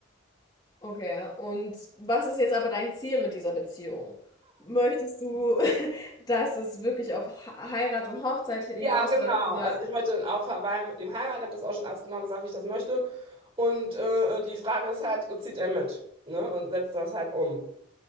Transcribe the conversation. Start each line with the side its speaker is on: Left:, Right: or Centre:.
Left: Okay, und was ist jetzt aber dein Ziel mit dieser Beziehung? Möchtest du, <laughs> dass es wirklich auf H- Heirat und Hochzeit hinausläuft
Right: Ja, genau.
Left: oder
Right: Also ich möchte auf Hawaii mit ihm heiraten, habe das auch schon alles genau gesagt, wie ich das möchte. Und äh, die Frage ist halt, zieht er mit, ne? Und setzt das halt um.